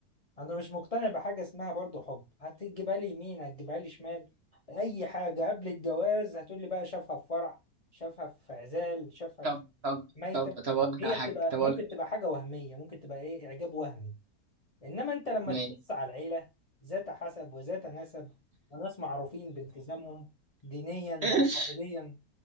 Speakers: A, on the left (about 40°); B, on the right (about 45°).
A: انا مش مقتنع بحاجه اسمها برضو حب هتجيبها لي يمين هتجيبها لي شمال اي حاجه قبل الجواز هتقول لي بقى شافها في فرح شافها في عزال شافها
B: طب
A: في
B: طب
A: ميته
B: طب طب اقول لك
A: هي
B: على حاجه
A: بتبقى
B: طب
A: ممكن
B: اقول لك
A: تبقى حاجه وهميه ممكن تبقى ايه اعجاب وهمي انما انت لما
B: ماشي
A: تبص على العيله ذات حسب وذات نسب وناس معروفين بالتزامهم دينيا وعقائديا
B: <laughs>